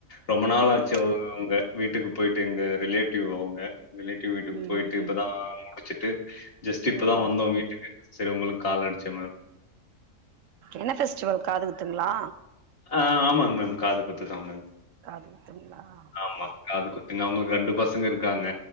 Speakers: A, on the left (about 50°); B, on the right (about 75°).
A: ரொம்ப நாளாச்சு
B: ம்
A: அவுக அவுங்க வீட்டுக்கு போயிட்டு எங்க ரிலேட்டிவ் அவுங்க ரிலேட்டிவ் வீட்டுக்கு
B: ம்
A: போயிட்டு இப்பதா முடிச்சுட்டு ஜஸ்ட்
B: ம்
A: இப்பதா
B: ம்
A: வந்தோ வீட்டுக்கு செரி உங்களுக்கு கால் அடிச்சே மேம்
B: என்ன ஃபெஸ்டிவல் காதுகுத்துங்களா
A: ஆ ஆமாங்க மேம் காது குத்துதா மேம்
B: காது குத்துங்களா
A: ஆமா
B: ஓகே
A: காது
B: ஓகே
A: குத்து அவுங்களுக்கு ரெண்டு பசங்க இருக்காங்க